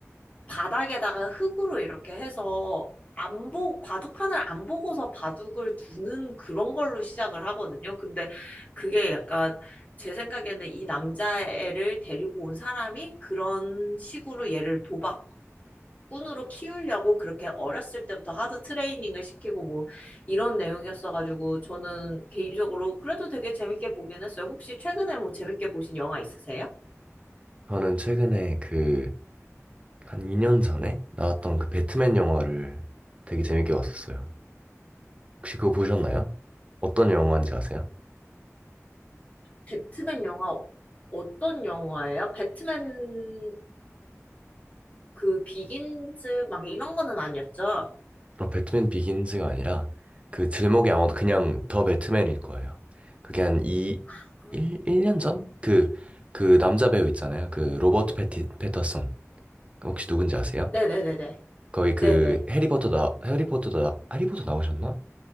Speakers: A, on the left; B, on the right.
A: 바닥에다가 흙으로 이렇게 해서 안 보, 바둑판을 안 보고서 바둑을 두는 그런 걸로 시작을 하거든요. 근데 그게 약간 제 생각에는 이 남자애를 데리고 온 사람이 그런 식으로 얘를 도박 꾼으로 키우려고 그렇게 어렸을 때부터 하드 트레이닝을 시키고 뭐 이런 내용이었어가지고 저는 개인적으로 그래도 되게 재밌게 보긴 했어요. 혹시 최근에 뭐 재밌게 보신 영화 있으세요?
B: 저는 최근에 그 한 2년 전에 나왔던 그 배트맨 영화를 되게 재밌게 봤었어요. 혹시 그거 보셨나요? 어떤 영화인지 아세요?
A: 배트맨 영화 어- 어떤 영화예요? 배트맨 그 비긴즈 막 이런 거는 아니었죠?
B: 어, 배트맨 비긴즈가 아니라 그 제목이 아마도 그냥 더 배트맨일 거예요. 그게 한이
A: 아.
B: 1, 일년 전? 그, 그 남자 배우 있잖아요. 그 로버트 패티, 패터슨. 혹시 누군지 아세요?
A: 네네네네.
B: 거기 그
A: 네네.
B: 해리포터 나, 해리포터 나, 해리포터 나오셨나?